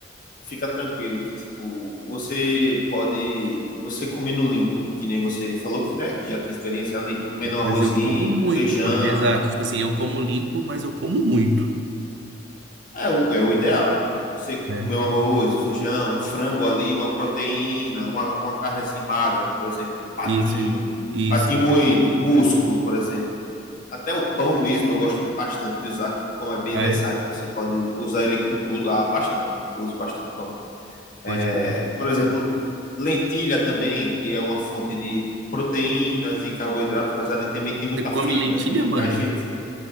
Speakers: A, on the left; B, on the right.
A: Fica tranquilo que, tipo, você pode, você comendo limpo, que nem você falou que, né, que já tem experiência ali, comendo
B: É,
A: um
B: mas
A: arrozinho,
B: eu como muito,
A: feijão,
B: mano. Exato. Tipo assim, eu como limpo, mas eu como muito,
A: é o, é o ideal. Você
B: né?
A: comer um arroz, um feijão, um frango ali, uma proteína, uma, uma carne assim magra, por exemplo, patinho,
B: Isso, isso.
A: patinho moído, músculo, por exemplo. Até o pão mesmo eu gosto bastante de usar, que pão é bem
B: Ah,
A: versátil,
B: é?
A: você pode usar ele com tudo, ah, bastante. Eu uso bastante pão. É,
B: Pode comer.
A: por exemplo, lentilha também, que é uma fonte de proteínas e carboidratos, mas ali também tem muita
B: Você come
A: fibra,
B: lentilha,
A: que
B: mano?
A: a gente.